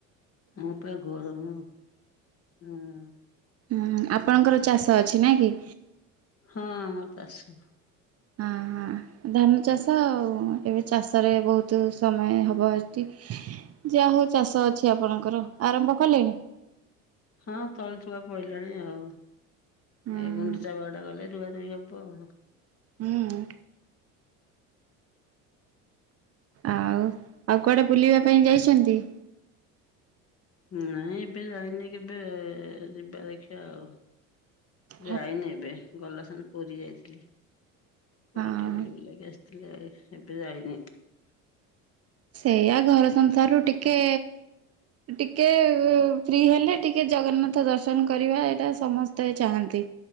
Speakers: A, on the left; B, on the right.
A: ହଁ ପା ଗରମ ହଁ
B: ହୁଁ ଆପଣଙ୍କର ଚାଷ ଅଛି ନାଇଁ କି
A: ହଁ ଆମର ଚାଷ
B: ହଁ ହଁ ଧାନ ଚାଷ ଆଉ ଏବେ ଚାଷରେ ବହୁତ ସମୟ ହବ ଏଠି ଯାହା ହଉ ଚାଷ ଅଛି ଆପଣଙ୍କର ଆରମ୍ଭ କଲେଣି
A: ହଁ ତଳି ତୁଳା ପଡ଼ିଲାଣି ଆଉ
B: ହୁଁ
A: ଏ ଗୁଣ୍ଡିଚାବଡ଼ା ଗଲେ ରୁଆ ରୁଇ ହେବ ଆଉ।
B: ହୁଁ ଆଉ ଆଉ କୁଆଡେ ବୁଲିବା ପାଇଁ ଯାଇଛନ୍ତି।
A: ନାଇଁ ଏବେ ଯାଇନି କେବେ ଯିବା ଦେଖିବା ଆଉ।
B: ହ <inaudible>
A: ଯାଇନି ଏବେ ଗଲା ସାନ ପୁରୀ ଯାଇଥିଲି। ପୁରୀ
B: ହଁ
A: ଟିକେ ବୁଲିବୁଲାକି ଆସିଥିଲି ଏବେ ଯାଇନି।
B: ସେଇଆା ଘର ସଂସାରରୁ ଟିକେ। ଟିକେ ଫ୍ରି ହେଲେ ଟିକେ ଜଗନ୍ନାଥ ଦର୍ଶନ କରିବା ଏଇଟା ସମସ୍ତେ ଚାହାନ୍ତି